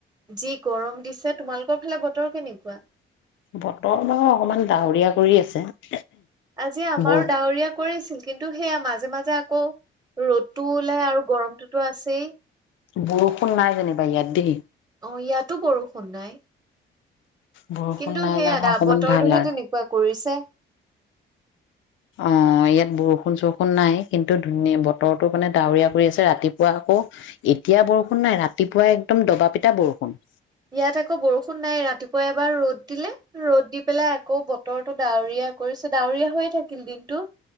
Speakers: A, on the right; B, on the left.
A: যি গৰম দিছে তোমালোকৰ ফালে বতৰ কেনেকুৱা?
B: বতৰ বাৰু অকমান ডাৱৰীয়া কৰি আছে।
A: আজি আমাৰো
B: বৰ
A: ডাৱৰীয়া কৰিছে। কিন্তু সেয়া মাজে মাজে আকৌ ৰ'দ। টো ওলাই আৰু গৰমটোতো আছেই।
B: বৰষুণ নাই যেনিবা ইয়াত দেই।
A: অ' ইয়াতো বৰষুণ নাই।
B: বৰষুণ
A: কিন্তু
B: নাই
A: সেইয়া
B: কাৰণে অকমান
A: বতৰটোহে
B: ভাল আৰু
A: তেনেকুৱা কৰিছে
B: অ' ইয়াত বৰষুণ চৰষুণ নাই কিন্তু ধুনীয়া বতৰটো মানে ডাৱৰীয়া কৰি আছে ৰাতিপুৱা আকৌ এতিয়া বৰষুণ নাই ৰাতিপুৱা একদম দবা পিটা বৰষুণ
A: ইয়াত আকৌ বৰষুণ নাই ৰাতিপুৱা এবাৰ ৰ'দ দিলে ৰ'দ দি পেলাই আকৌ বতৰটো ডাৱৰীয়া কৰিছে ডাৱৰীয়া হৈয়ে থাকিল দিনটো